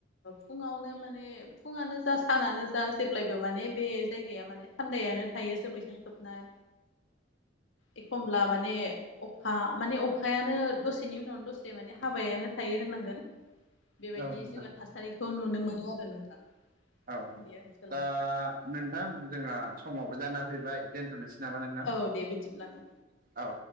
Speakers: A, on the left; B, on the right.
A: फुङावनो माने फुङानो जा सानानो जा जेब्लायबो माने बे जायगाया माने थान्द जायानो थायो जोमैजों खोबनाय एखमब्ला माने अखा माने अखायानो दसे बिनि उनाव दसे माने हाबायानो थायो होननांगोन बेबायदि
B: औ नोंथां
A: जोङो थासारिखौ नुनो मोनो आरो नोंथां
B: औ
A: बे ओनसोलाव
B: दा नोंथां जोंहा समावबो जाना फैबाय दोनथ'नोसै नामा नोंथां
A: औ दे बिदिब्ला नों
B: औ